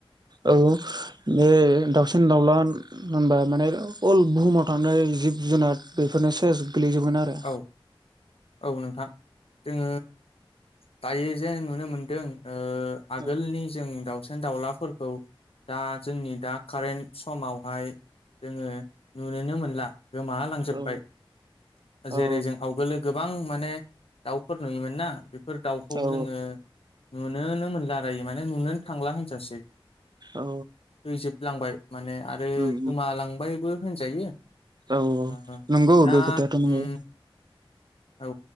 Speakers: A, on the right (about 50°); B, on the left (about 80°).
A: औ बे दाउसिन दाउला होनबा माने अल बुहुमाव थानाय। जिब जुनार बेफोरनो सेस गोलै जोबगोन आरो।
B: ओ औ नोंथां जोङो दायो जे नुनो मोनदों ओ आगोलनि
A: औ
B: जों दाउसि। दाउलाफोरखौ दा जोंनि दा कारेन्ट समावहाय जोङो नुनोनो मोनला गोमालांजोबबाय
A: औ
B: जेरै
A: औ
B: जों आवगोलो गोबां माने दाउफोर नुयोमोन ना बेफोर दाउखौ
A: औ
B: जोङो नुनोनो मोनला दायो माने नुनोनो थांला होनजासै
A: औ
B: थैजोबलांबाय माने आरो
A: औ
B: गोमालांबायबो होनजायो
A: औ
B: ओ
A: नंगौ
B: दा
A: बेथायाथ' नंगौ
B: उम औ